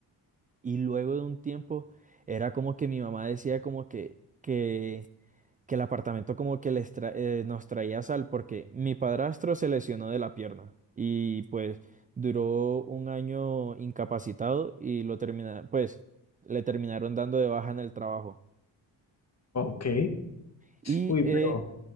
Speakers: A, on the right; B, on the left.
A: Y luego de un tiempo era como que mi mamá decía como que, que, que el apartamento como que les tra- eh, nos traía sal porque mi padrastro se lesionó de la pierna y pues duró un año incapacitado y lo termina, pues le terminaron dando de baja en el trabajo.
B: Ok.
A: Y,
B: Uy,
A: eh,
B: pero